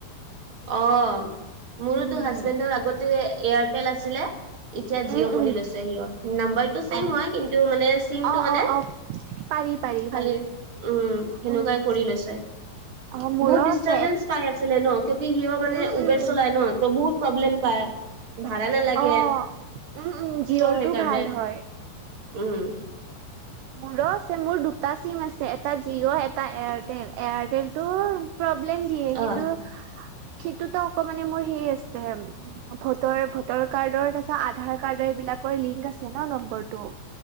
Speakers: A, on the right; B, on the right.
A: অহ। মোৰোতো
B: উম,
A: হাজবেণ্ডৰ আগতে এয়াৰটেল আছিলে। এতিয়া জিঅ'
B: উম,
A: কৰি
B: উম।
A: লৈছে, সিও। নাম্বাৰটো চেইম
B: অ',
A: হয় কিন্তু মানে চিমটো
B: অ',
A: মানে
B: অ', অ', পাৰি, পাৰি,
A: ভালে।
B: পাৰি।
A: উম। সেনেকুৱাই
B: উম
A: কৰি লৈছে।
B: অ', মোৰো
A: বহুত ডিষ্টাৰবেঞ্চ
B: আছে।
A: পাই আছিলে, ন। কিউকি সিও মানে
B: উম,
A: উবেৰ
B: উম।
A: চলাই ন। ত' বহুত প্ৰব্লেম পায়। ভাড়া নালাগে।
B: অ',
A: চ'
B: উম, উম, জিঅ'ৰটো
A: সেইকাৰনে।
B: ভাল হয়।
A: উম।
B: মোৰো আছে। মোৰ দুটা চিম আছে। এটা জিঅ'। এটা এয়াৰটেল। এয়াৰটেলটো প্ৰব্লেম দিয়ে। কিন্তু
A: অ
B: সেইটোতো আক'মানে মোৰ সেই আছে ভোটৰ -ভোটৰ কাৰ্ডৰ, তাচৰ আধাৰ কাৰ্ডৰ এইবিলাকৰ লিংক আছে ন নম্বৰটো।